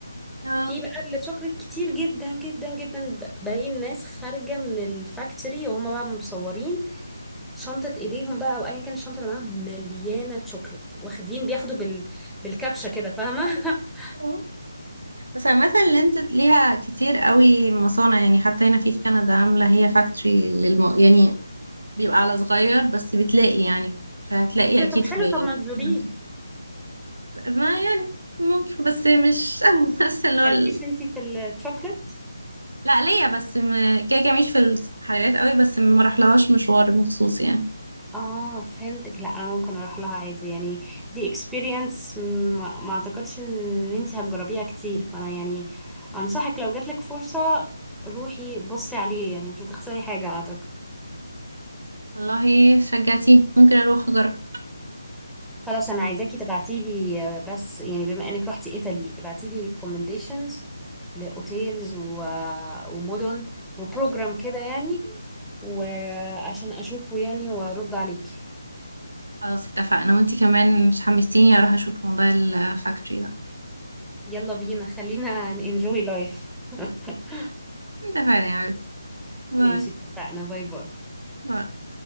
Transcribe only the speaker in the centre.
في بقى الشوكليت كتير جدا جدا جدا ب- باقي الناس خارجة من الفاكتوري وهما بقى مصورين شنطة ايديهم بقى او ايا كان الشنطة اللي معاهم مليانة شوكليت واخدين بياخدوا بال... بالكبشة كده فاهمة <laughs>
إيه ده
طب حلو
طب ما تزوريه
مالكيش
انتي في الشوكليت
اه فهمتك لا انا ممكن اروح لها عادي يعني دي اكسبيرينس ما ما اعتقدش ان انتي هتجربيها كتير فانا يعني انصحك لو جاتلك فرصة روحي بصي عليه يعني مش هتخسري حاجة اعتقد
خلاص انا عايزاكي تبعتيلي آه، بس يعني بما انك رحتي ايطالي ابعتيلي ريكومنديشنز لاوتيلز و... آه، ومدن وبروجرام كده يعني وعشان اشوفه يعني وارد عليكي
يلا بينا خلينا انجوي لايف <laughs>
ماشي اتفقنا باي باي